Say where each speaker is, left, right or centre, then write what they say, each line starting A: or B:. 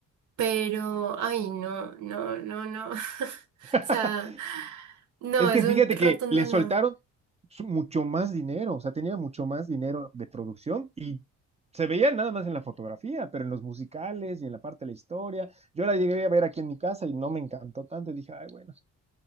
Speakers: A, on the right (about 75°); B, on the right (about 20°).
A: pero, ay, no, no, no, no. <laughs>
B: <laughs>
A: O sea, no,
B: Es
A: es
B: que fíjate
A: un rotundo
B: que le
A: no.
B: soltaron su- mucho más dinero, o sea, tenía mucho más dinero de producción y se veía nada más en la fotografía, pero en los musicales y en la parte de la historia. Yo la llegué a ver aquí en mi casa y no me encantó tanto, y dije, ay, bueno.